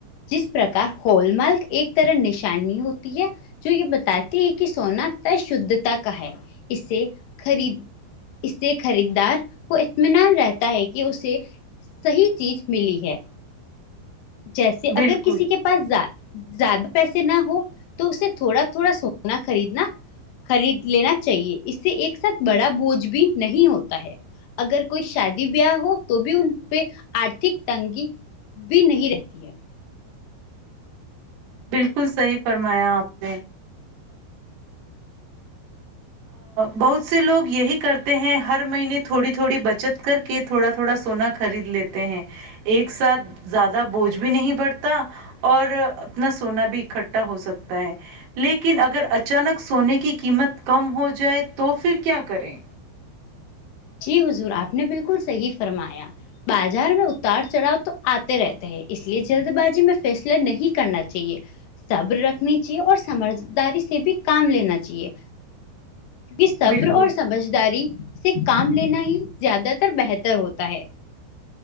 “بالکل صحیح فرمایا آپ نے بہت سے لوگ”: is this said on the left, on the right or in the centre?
Right